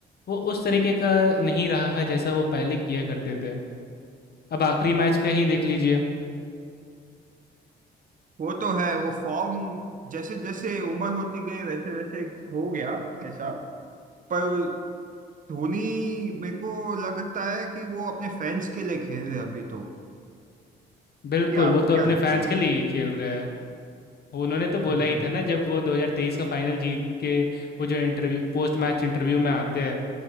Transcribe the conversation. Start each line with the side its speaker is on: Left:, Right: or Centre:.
Left: वो उस तरीके का नहीं रहा है जैसा वो पहले किया करते थे अब आखिरी मैच का ही देख लीजिए
Right: वो तो है वो फॉर्म जैसे जैसे उम्र होती गई वैसे वैसे हो गया ऐसा पर धोनी मेरे को लगता है कि वो अपने फैंस के लिए खेल रहे अभी तो
Left: बिल्कुल
Right: क्या आपको
Left: वो तो
Right: क्या
Left: अपने
Right: लगता
Left: फैंस
Right: है
Left: के लिए ही खेल रहे हैं वो उन्होंने तो
Right: हम्म
Left: बोला ही था ना जब वो 2023 का फाइनल जीत के वो जो इंटरव्यू पोस्ट मैच इंटरव्यू में आते हैं